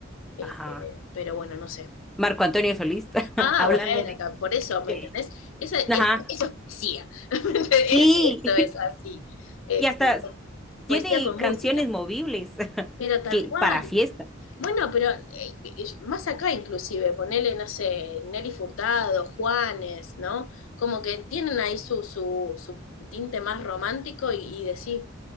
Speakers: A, on the left (about 75°); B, in the centre.
A: Este,
B: ajá.
A: pero bueno, no sé.
B: Marco Antonio Solís, <laughs>
A: Ah,
B: hablando
A: bueno,
B: de...
A: ta- por eso, ¿me
B: de-
A: entendés? Esa es
B: Ajá.
A: es poesía. <laughs> Es-
B: Y,
A: eso es así.
B: <laughs>
A: Este,
B: y hasta
A: poesía
B: Tiene
A: con
B: canciones
A: música.
B: movibles <laughs>
A: Pero tal
B: que
A: cual.
B: para fiesta.
A: Bueno, pero eh, eh, más acá inclusive, ponele, no sé, Nelly Furtado, Juanes, ¿no? Como que tienen ahí su, su, su tinte más romántico y, y decir,